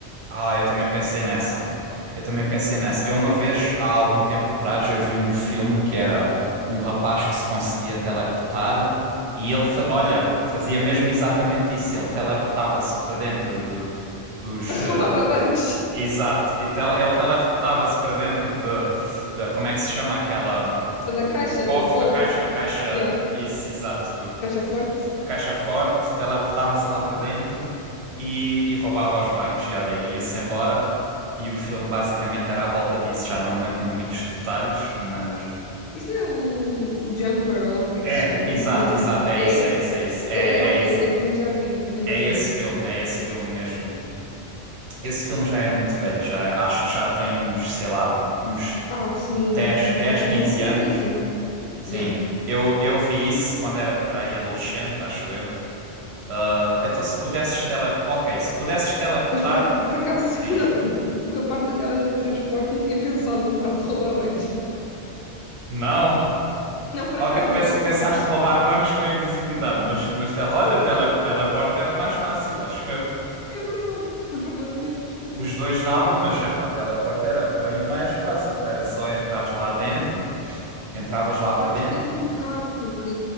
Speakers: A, on the right; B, on the left.
A: Ah, eu também pensei nessa. Eu também pensei nessa. Eu uma vez, há algum tempo atrás, eu vi um filme que era um rapaz que se conseguia teleportar e ele, fa- olha, fazia mesmo exatamente isso. Ele teleportava-se para dentro do, dos...
B: <laughs>
A: eh,
B: Roubava bancos.
A: exato. E tele- ele teleportava-se para dentro de, da- Como é que se chama aquela... hum,
B: Da
A: O,
B: caixa,
A: o cofre,
B: do Volt.
A: a caixa, a caixa...
B: Yeah.
A: Isso, exato
B: Caixa forte.
A: uma caixa forte, teleportava-se lá para dentro e, e roubava aos bancos e olha, ia-se embora. E o filme basicamente era à volta disso, já não me lembro muitos detalhes, mas
B: Isso é o, o Jumper, ou lá como é
A: é,
B: que se chama?
A: exato,
B: Não.
A: exato, é
B: É?
A: isso, é isso, é isso. É,
B: Eu, eu- ok,
A: é, is-
B: eu também já vi, também já
A: é
B: vi.
A: esse filme, é esse filme mesmo. Esse filme já é muito velho, já acho que já tem uns, sei lá, uns
B: Ah, sim,
A: 10
B: já tem
A: 10
B: assim
A: 15
B: um bom tempito.
A: anos. Sim.
B: Yeah.
A: Eu, eu vi isso quando era para aí adolescente, acho eu. Ah, Então se pudesses teleportar. Ok, se pudesses teleportar,
B: Mas por, por acaso,
A: diz.
B: <laughs> não, com a parte da teletransporte, não tinha pensado na parte de rodabantes.
A: Não?
B: Não, por
A: Ok,
B: acaso
A: pens-
B: não.
A: pensaste roubar bancos com invisibilidade, mas, mas tele-
B: <laughs>
A: olha,
B: Sim,
A: tele,
B: não.
A: teleporte era mais fácil, acho eu.
B: É verdade. Por acaso
A: O-
B: até fui estúpida.
A: os dois dava, mas é pá, teleporte era bem mais fácil, era só entrares lá dentro, entravas lá para
B: Pá,
A: dentro
B: depende um bocado, porque